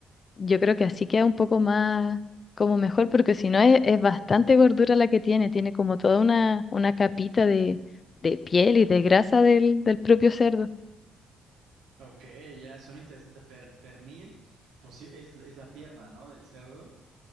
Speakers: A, on the left; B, on the right.
A: Yo creo que así queda un poco más como mejor, porque si no es, es bastante gordura la que tiene, tiene como toda una, una capita de, de piel y de grasa del, del propio cerdo.
B: Ok, ya suena interesante. Per- pernil, pues sí, es, es la pierna, ¿no? Del cerdo.